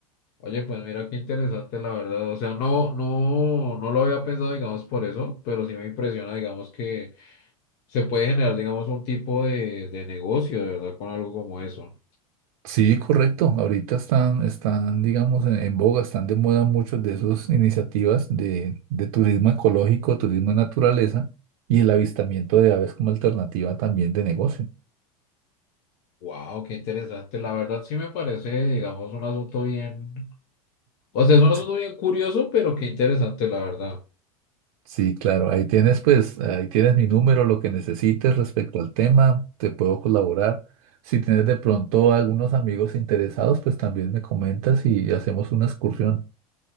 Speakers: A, on the left; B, on the right.
A: Oye, pues mira qué interesante, la verdad. O sea, no, no, no lo había pensado, digamos, por eso, pero sí me impresiona, digamos, que se puede generar, digamos, un tipo de, de negocio, de verdad, con algo como eso.
B: Sí, correcto. Ahorita están, están, digamos, en, en boga, están de moda muchas de esas iniciativas de, de turismo ecológico, turismo de naturaleza y el avistamiento de aves como alternativa también de negocio.
A: Wow, qué interesante. La verdad sí me parece, digamos, un asunto bien. O sea, es un asunto
B: Sí,
A: bien curioso, pero qué interesante, la verdad.
B: sí, claro, ahí tienes pues, ahí tienes mi número, lo que necesites respecto al tema, te puedo colaborar. Si tienes de pronto algunos amigos interesados, pues también me comentas y hacemos una excursión.